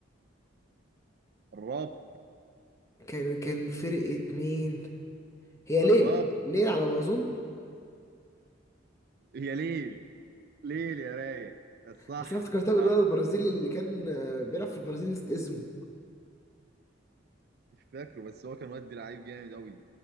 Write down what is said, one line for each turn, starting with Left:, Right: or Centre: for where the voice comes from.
Right: الراب
Left: كان كان فرقه مين هي
Right: الراب
Left: ليل ليل على ما اظن
Right: يا ليل ليل يا رايق صح
Left: بس انا افتكرتها
Right: صح
Left: بالولد البرازيلي اللي كان آه، بيلعب في البرازيل نسيت اسمه
Right: مش فاكره بس هو كان ودي لعيب جامد قوي